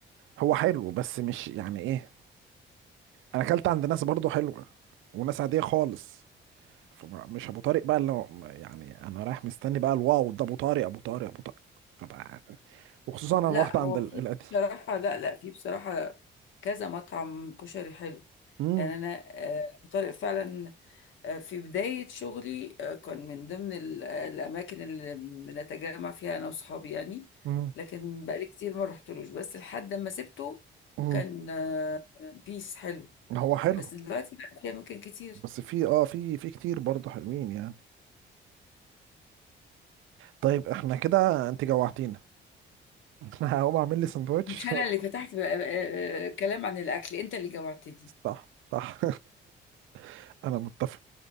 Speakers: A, on the right; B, on the left.
A: هو حلو بس مش يعني ايه انا اكلت عند ناس برضو حلوه وناس عاديه خالص فمش ابو طارق بقى اللي هو- يعني انا رايح مستني بقى الواو ده ابو طارق ابو طارق ابو طارق فبقى وخصوصا انا
B: لا
A: رحت عند
B: هو
A: القديم
B: في بصراحه لا لا في بصراحه كذا مطعم كشري حلو
A: امم
B: يعني انا آه، ابو طارق فعلا آه، في بدايه شغلي آه، كان من ضمن ال- آه، الاماكن اللي بنتجمع فيها انا واصحابي يعني
A: امم
B: لكن بقالي كتير ما رحتلوش بس لحد ما سبته
A: امم
B: كان آه، بيس حلو
A: هو حلو
B: بس دلوقتي بقى في اماكن كتير
A: بس في اه في في كتير برضه حلوين يعني طيب احنا كده انت جوعتينا انا <laughs> هقوم اعمل لي سندوتش
B: مش انا اللي فتحت بقى- آه، آه، آه، كلام عن الاكل انت اللي جوعتني
A: <laughs> صح صح <laughs> انا متفق